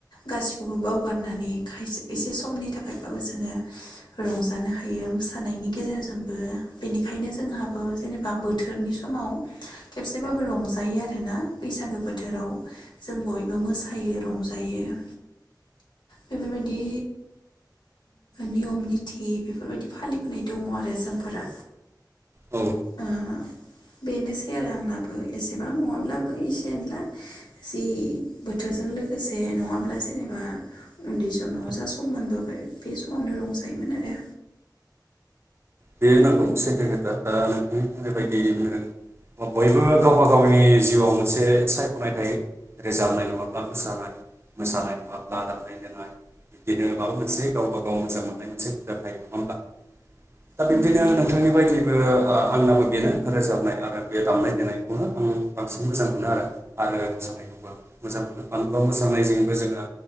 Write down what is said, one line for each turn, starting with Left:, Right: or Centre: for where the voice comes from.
Left: गासिखौबो बावगारनानै खायसे एसे समनि थाखायबाबो जोङो रंजानो हायो मोसानायनि गेजेरजोंबो बेनिखायनो जोंहा। जेनेबा बोथोरनि समाव खेबसेबाबो रंजायो आरोना बैसागो बोथोराव जों बयबो मोसायो रंजायो बेफोरबायदि नियम निथि बेफोरबायदि फालिबोनाय दङ आरो जोंफोरा।
Right: औ
Left: ओ बेनोसै आरो आंनाबो एसेबां नङाब्लाबो एसे एनला जि बोथोरजों लोगोसे नङाब्ला जेनेबा उन्दै समाव जा सम मोनबोबाय बे समावनो रंजायोमोन आरो।
Right: बे नंगौ सैथो खोथा दा ओ नोंथांनि बुंनाय बायदिनो बयबो गावबा गावनि जिउआव मोनसे सायखनाय थायो रोजाबनाय नङाब्ला मोसानाय मोसानाय नङाब्ला दामनाय देनाय बिदिनो माबा मोनसे गावबा गाव मोजां मोननाय मोनसे हुदा थायो नङा होमब्ला दा
Left: उम
Right: बिब्दिनो
Left: नंगौ
Right: नोंथांनि बायदि बो ओ आंनाबो बेनो रोजाबनाय आरो बे दामनाय देनायखौनो आं बांसिन मोजां मोनो आरो आरो मोसानायखौबो आं मोजां मोनो मानो होनबा मोसानायजोंबो जोङो